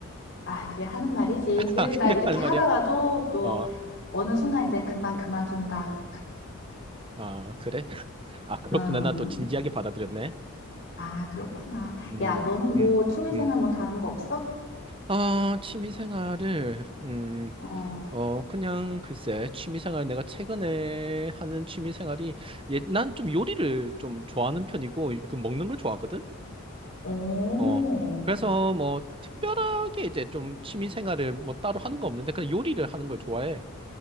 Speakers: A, on the left; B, on the right.
A: 아, 그냥 하는 말이지.
B: <laughs>
A: 그래,
B: 아, 그냥
A: 나 이렇게
B: 하는
A: 하다가도
B: 말이야?
A: 또
B: 어,
A: 어느 순간 이제 금방 그만둔다.
B: 아, 그래? 아, 그렇구나.
A: 음.
B: 나 또 진지하게 받아들였네.
A: 아, 그렇구나.
B: 음,
A: 야, 너는 뭐
B: 음,
A: 취미생활
B: 음.
A: 뭐 다른 거 없어?
B: 아, 취미 생활을, 음.
A: 어,
B: 어, 그냥 글쎄, 취미생활, 내가 최근에 하는 취미생활이, 예, 난 좀 요리를 좀 좋아하는 편이고, 그 먹는 걸 좋아하거든?
A: 오,
B: 어, 그래서 뭐, 특별하게 이제 좀 취미생활을 뭐 따로 하는 거 없는데, 그냥 요리를 하는 걸 좋아해.